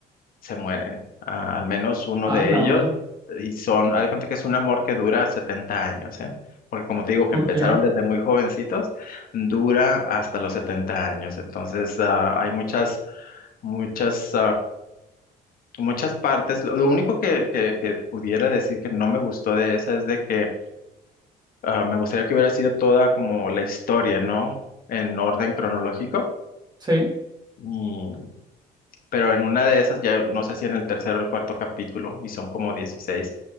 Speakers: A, on the left; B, on the right.
A: se mueren, Ah, al menos uno
B: Ah,
A: de
B: la
A: ellos,
B: onda.
A: y son, haz de cuenta que es un amor que dura 70 años, ¿eh? Porque como te digo, que
B: Ok,
A: empezaron desde muy jovencitos, dura hasta los 70 años, entonces ah, hay muchas muchas muchas partes. Lo, lo único que, que- que pudiera decir que no me gustó de esa es de que ah, me gustaría que hubiera sido toda como la historia, ¿no? En orden cronológico.
B: sí,
A: Y- pero en una de esas, ya no sé si en el tercero o el cuarto capítulo, y son como dieciséis